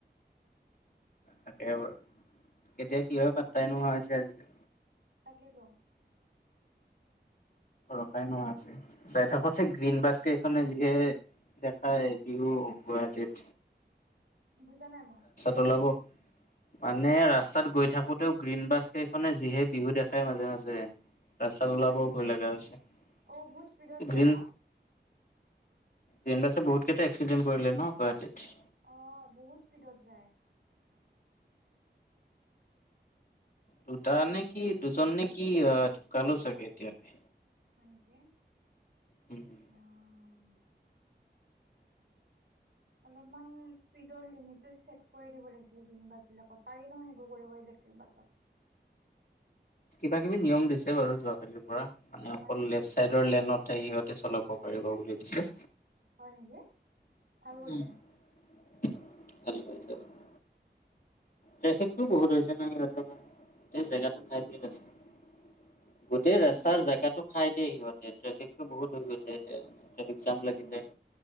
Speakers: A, on the left; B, on the right.
A: তাকেই বাৰু। কেতিয়া কি হয় পাত্তাই নোহোৱা হৈছে আজি-কালি।
B: তাকেইটো।
A: ৰখাই নোহোৱা আছে। যাই থাকো ছবতচে গ্ৰীণবাছ কেইখনে যিহে দেখায় বিহু গুৱাহাটীত।
B: বুজা নাই মই।
A: জলাব মানে ৰাস্তাত গৈ থাকোতেও গ্ৰীণ বাছ কেইখনে যিহে বিহু দেখাই মাজে-মাজে। ৰাস্তাত ওলাবও
B: হয় নেকি
A: ভয় লগা হৈছে।
B: অ বহুত স্পীডত যায়
A: গ্ৰীণ
B: ন
A: গ্ৰীণ বাছে বহুত কেইটা এক্সিডেণ্ট কৰিলে ন গুৱাহাটীত।
B: অ বহুত স্পীডত যায়।
A: দুটা নে কি দুজন নে কি আ ঢুকালেও চাগে এতিয়ালে।
B: হয় নেকি?
A: উম
B: ইছ
A: হম
B: ৰাম! অলপমান স্পীডৰ লিমিটটো ছেট কৰি দিব লাগিছিল গ্ৰীণ বাছবিলাকত। পাৰি নহয় সেইবোৰ কৰিব ইলেক্ট্ৰিক বাছত।
A: কিবা-কিবি নিয়ম দিছে বাৰু যোৱাকালিৰ পৰা মানে অকল
B: হয় নেকি
A: লেফট চাইড ৰ লেনতে সিহঁতে চলাব পাৰিব বুলি দিছে।
B: হয় নেকি? ভাল কৰিছা।
A: উম <unintelligible> ট্ৰেফিকটো বহুত হৈছে না সিহঁতৰ কাৰণে গোটেই জেগাটো
B: উম
A: খাই দিয়ে <unintelligible> গোটেই ৰাস্তাৰ
B: উম
A: জেগাটো খাই দিয়ে সিহঁতে ট্ৰেফিকটো বহুত হৈ গৈছে এতিয়া মানে। ট্ৰেফিক
B: উম
A: জাম লাগি যায়।